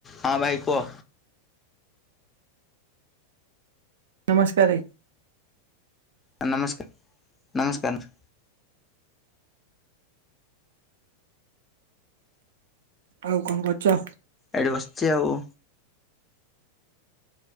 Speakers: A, on the left (about 15°); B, on the right (about 60°).
A: ହଁ ଭାଇ କୁହ।
B: ନମସ୍କାରେ।
A: ଆ ନମସ୍କାର ନମସ୍କାର ନମ
B: ଆଉ କଣ କରୁଛ?
A: ଏଇଠି ବସିଛି ଆଉ